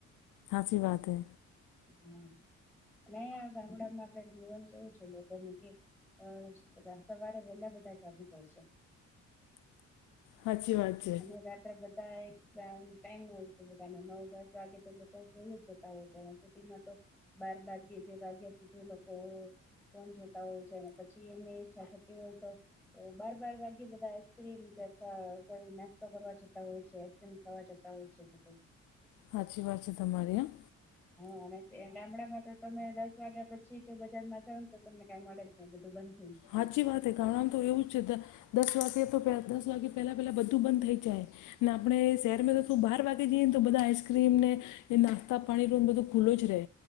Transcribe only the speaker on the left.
હાચી વાત હે.
હાચી વાત છે
હાચી વાત છે, તમારી હાં.
હાચી વાત હે કાણણ તો એવું છે, દ દસ વાગ્ય તો પે દસ વાગ્યે પેલા પેલા બધું બંધ થઈ જાય, ને આપણે શેરમાં તો તું બાર વા આપી દીયે ન, તો બધા આઈસક્રીમ ને એ નાસ્તા પાણી લો ને બધો ખુલ્લુ જ રે.